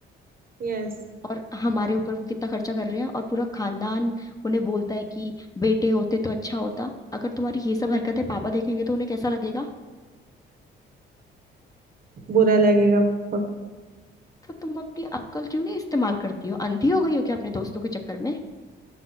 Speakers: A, on the right; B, on the left.
A: यस
B: और हमारे ऊपर वो कितना खर्चा कर रहे हैं और पूरा खानदान उन्हें बोलता है कि बेटे होते तो अच्छा होता अगर तुम्हारी ये सब हरकतें पापा देखेंगे तो उन्हें कैसा लगेगा
A: बुरा लगेगा पक-
B: तो तुम अपनी अक्ल क्यों नहीं इस्तेमाल करती हो अंधी हो गई हो क्या अपने दोस्तों के चक्कर में